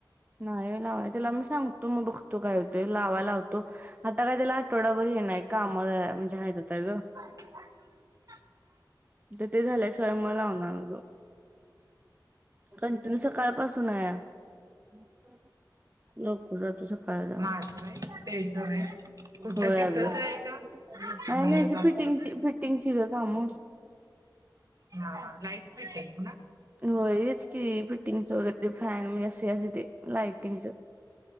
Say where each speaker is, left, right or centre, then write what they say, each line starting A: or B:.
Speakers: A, on the right; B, on the right.
A: नाही लावाय तिला मी सांगतो मग बघतो काय होतंय, लावायला लावतो. आता काय त्याला आठवडा बर ये नाहीय, काम म्हणजे हाईत आता गं.
B: <inaudible>
A: तर ते झाल्या शिवाय मग लावणार होतो. कंटिन्यू सकाळपासून आहे. ह <unintelligible> लवकर जातो सकाळ ला,
B: माझं व्हय तेच व्हय कुठं
A: होय
B: तिथंच
A: अगं.
B: आहे का?
A: नाही
B: बाहेर
A: नाही
B: जातोय.
A: ती, फिटिंगची -फिटिंगची ग काम
B: हा लाईट फिटिंग ना <inaudible>
A: होय हेच कि, फिटिंगच हो फॅन म्हणजे असे असत ते लाइटिंग च